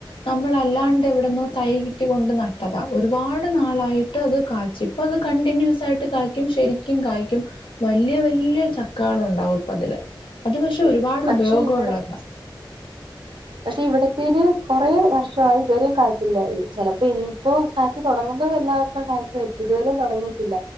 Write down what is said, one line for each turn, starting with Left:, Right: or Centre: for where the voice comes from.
Left: നമ്മളല്ലാണ്ട് എവിടനോ തൈ കിട്ടി കൊണ്ട് നട്ടതാ ഒരുപാട് നാളായിട്ട് അത് കാച്ചി ഇപ്പ അത് കണ്ടിന്യൂസ് ആയിട്ട് കായ്ക്കും ശരിക്കും കായ്ക്കും വല്യ വല്യ ചക്കാൾ ഉണ്ടാവുപ്പ അതില് അത് പക്ഷെ ഒരുപാട്
Right: പക്ഷെ
Left: ഉപയോഗം
Right: ഇവിടെ
Left: ഉള്ളതാ
Right: പക്ഷെ ഇവിടത്തേൽ കൊറെ വർഷായി ഇതുവരെ കായിചില്ലായി ചിലപ്പോ ഇനിയിപ്പോ കാഴ്ച തൊടങ്ങുമ്പോ എല്ലാ വർഷും കായ്ക്കുവായിരിക്കും ഇതുവരെ തൊടങ്ങിയിട്ടില്ല